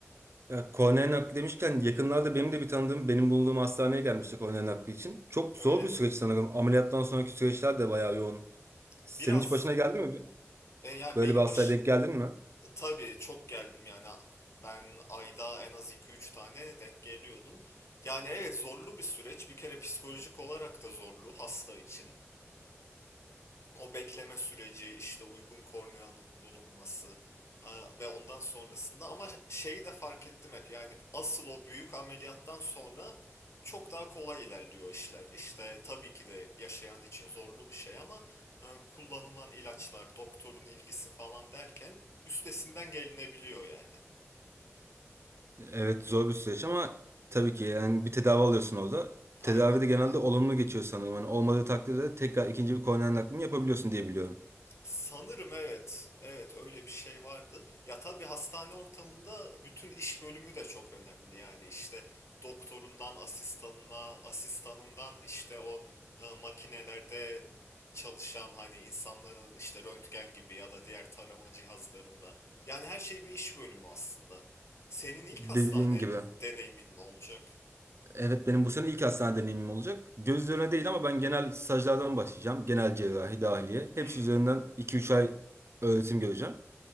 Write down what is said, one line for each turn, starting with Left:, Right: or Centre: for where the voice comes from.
Right: Ya kornea nakli demişken yakınlarda benim de bir tanıdığım benim bulunduğum hastaneye gelmişti kornea nakli için. Çok zor
Left: Öyle
Right: bir
Left: mi?
Right: süreç sanırım. Ameliyattan sonraki süreçler de bayağı yoğun. Senin
Left: Biraz
Right: hiç başına geldi mi? bir-
Left: e, yani
Right: Böyle
Left: benim
Right: bir hastaya
Left: baş
Right: denk geldin mi?
Left: Tabii çok geldim yani ben ayda en az iki üç tane denk geliyordum. Yani evet zorlu bir süreç bir kere psikolojik olarak da zorlu hasta için. O bekleme süreci, işte uygun korneanın bulunması aa, ve ondan sonrasında ama şeyi de fark ettim hep yani asıl o büyük ameliyattan sonra çok daha kolay ilerliyor işler. İşte tabii ki de yaşayan için zorlu bir şey ama e, kullanılan ilaçlar, doktorun ilgisi falan derken üstesinden gelinebiliyor yani.
Right: Evet zor bir süreç ama tabii ki yani bir tedavi alıyorsun orada.
Left: Aynen
Right: Tedavi de
Left: öyle.
Right: genelde olumlu geçiyor sanırım. Yani olmadığı takdirde tekrar ikinci bir kornea naklini yapabiliyorsun diye biliyorum.
Left: Sanırım evet. Evet öyle bir şey vardı. Ya tabii hastane ortamında bütün iş bölümü de çok önemli. Yani işte doktorundan asistanına, asistanından işte o e, makinelerde çalışan hani insanların işte röntgen gibi ya da diğer tarama cihazlarında. Yani her şey bir iş bölümü aslında. Senin ilk
Right: Dediğin
Left: hastane
Right: gibi.
Left: deneyimin mi olacak?
Right: Evet benim bu sene ilk hastane deneyimim olacak. Göz üzerine değil ama ben genel stajlardan başlayacağım. Genel cerrahi, dahiliye. Hepsi
Left: Hmm.
Right: üzerinden iki üç ay öğretim göreceğim.